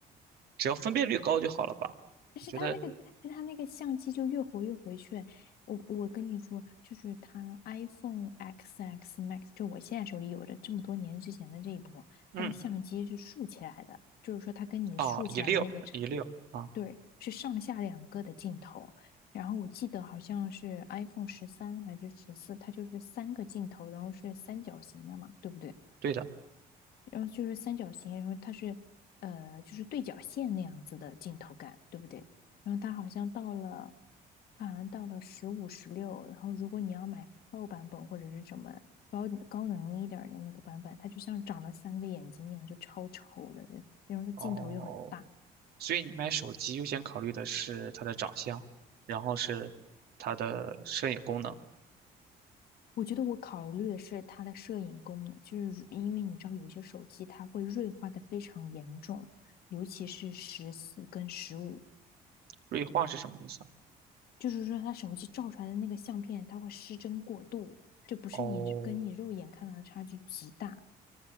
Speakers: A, on the right; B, on the left.
A: 只要分辨率高就好了吧？
B: 但是他那个，
A: 我觉得，
B: 但他那个相机就越活越回旋。我我跟你说，就是他 iPhone XX Max，就我现在手里有着这么多年之前的这一波，
A: 嗯，
B: 它的相机是竖起来的，就是说它跟你竖起来的那个长度，
A: 啊，一六一六啊，
B: 对，是上下两个的镜头。然后我记得好像是 iPhone 十三还是十四，它就是三个镜头，然后是三角形的嘛，对不对？
A: 对的。
B: 然后就是三角形，然后它是呃就是对角线那样子的镜头感，对不对？然后它好像到了，它好像到了十五、十六，然后如果你要买 Pro 版本或者是什么高高能一点儿的那个版本，它就像长了三个眼睛一样，就超丑的人，然后它镜头又很大。
A: 哦，所以你买手机优先考虑的是它的长相，然后是它的摄影功能。
B: 我觉得我考虑的是它的摄影功能，就是因为你知道有一些手机它会锐化的非常严重，尤其是十四跟十五，
A: 锐化是什么意思啊
B: 就是说他手机照出来的那个相片，它会失真过度，这不是你跟你肉眼看到的差距极大。
A: 哦